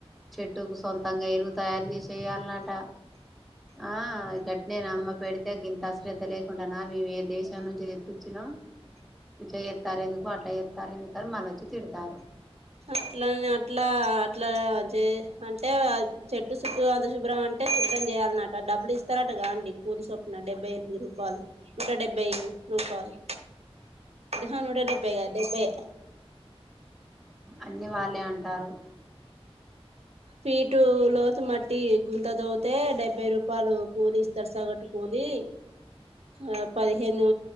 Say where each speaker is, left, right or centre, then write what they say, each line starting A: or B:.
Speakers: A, in the centre; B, on the right.
A: చెట్టుకు సొంతంగా ఎరువు తయారు చేసేయాలన్నట ఆ ఇ గట్టి నేను అమ్మ పెడితే ఇంత అశ్రద్ధ లేకుండా నా మేము ఏ దేశం నుంచి పటిచ్చినాం ఇట్లా చేస్తారు ఎందుకు అట్లా చేస్తారు ఎందుకు మల్లా ఓచ్చి తిడతారు
B: అట్లా అట్లా అట్లా చే అంటే చెట్టు చుట్టూ అంత శుభ్రం అంటే శుభ్రం చేయాలన్నట డబ్బులు ఇస్తారటగా అండి కూరి సొప్పున డెబ్బై ఎనిమిది రూపాయలు ఇంకా డెబ్బై రూపాయలు హనుట డబ్బేగా డబ్బే
A: అన్ని వాళ్ళే అంటారు
B: ఫీటు లోతు మట్టి గుంత తోతే డెబ్బై రూపాయలు కూలి ఇస్తారు సగట్టు కూలి ఆ పదిహేను